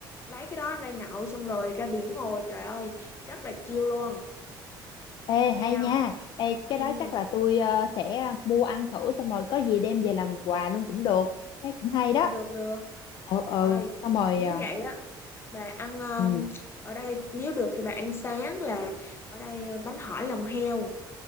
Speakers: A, on the left (about 25°); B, on the left (about 55°).
A: lấy cái đó ra nhậu xong rồi ra biển ngồi trời ơi rất là chill luôn
B: ê
A: ok
B: hay
A: không
B: nha ê cái
A: ừ
B: đó chắc là tôi ờ, sẽ mua ăn thử xong rồi có gì đem về làm quà luôn cũng được thấy cũng hay
A: ừ
B: đó
A: được được
B: ừ ừ
A: ơi
B: xong rồi
A: nếu
B: ờ,
A: vậy á bà ăn um,
B: ừ
A: ở đây nếu được thì bà ăn sáng là ở đây ờ, bánh hỏi lòng heo